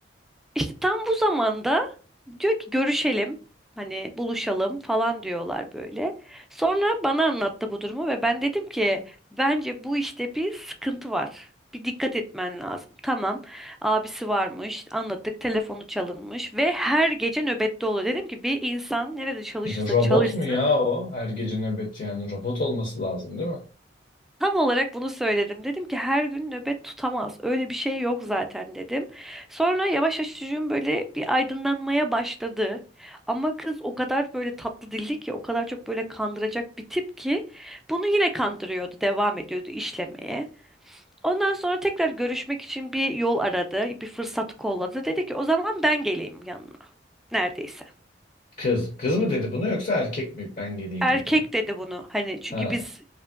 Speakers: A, in the centre; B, on the left.
A: İşte tam bu zamanda diyor ki görüşelim. Hani buluşalım falan diyorlar böyle. Sonra bana anlattı bu durumu ve ben dedim ki bence bu işte bir sıkıntı var. Bir dikkat etmen lazım. Tamam. Abisi varmış. Anladık. Telefonu çalınmış ve her gece nöbette oluyor. Dedim ki bir insan nerede çalışırsa
B: İşte robot
A: çalışsın
B: mu ya o? Her gece nöbet yani. Robot olması lazım değil mi?
A: Tam olarak bunu söyledim. Dedim ki her gün nöbet tutamaz. Öyle bir şey yok zaten dedim. Sonra yavaş yavaş çocuğum böyle bir aydınlanmaya başladı. Ama kız o kadar böyle tatlı dilli ki, o kadar çok böyle kandıracak bir tip ki bunu yine kandırıyordu, devam ediyordu işlemeye. Ondan sonra tekrar görüşmek için bir yol aradı, bir fırsat kolladı. Dedi ki o zaman ben geleyim yanına neredeyse.
B: Kız. Kız mı dedi bunu yoksa erkek mi? Ben geleyim
A: Erkek
B: dedi yani.
A: dedi bunu hani çünkü
B: Ha
A: biz